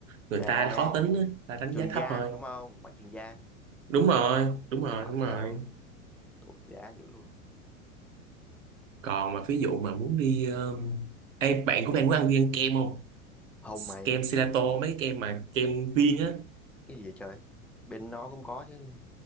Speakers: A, on the right (about 60°); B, in the centre.
A: người
B: à
A: ta khó tính á, người ta đánh
B: Trường
A: giá
B: Giang
A: thấp thôi
B: đúng không quán Trường Giang
A: đúng rồi đúng rồi
B: bảo
A: đúng
B: sao
A: rồi
B: tụt giá dữ luôn
A: còn mà ví dụ mà muốn đi um... Ê, bạn của bạn muốn ăn đi ăn kem không
B: không mày
A: kem gelato mấy cái kem mà kem viên á
B: cái gì vậy trời bên nó cũng có chứ